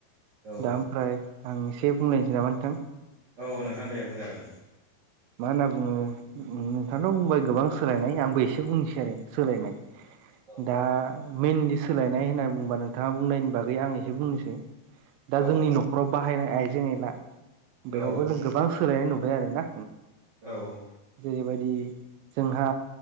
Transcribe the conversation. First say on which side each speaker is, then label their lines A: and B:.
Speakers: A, on the right; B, on the right.
A: औ
B: दा ओमफ्राय आं एसे बुंलायनोसै नामा नोंथां
A: औ नोंथां दे बुंजागोन
B: मा होनना बुङो नोंथांथ' बुंबाय गोबां सोलायनाय आंबो एसे बुंनोसै आरो सोलायनाय
A: औ
B: दा मइेनलि सोलायनाय होनना बुंबा नोंथाङा बुंनायनि बागै आं एसे बुंनोसै दा
A: औ
B: जोंनि न'खराव बाहायनाय आइजें आयला बेयावबो
A: औ
B: जों गोबां सोलायनाय नुबाय आरो ना
A: औ
B: जेबायदि जोंहा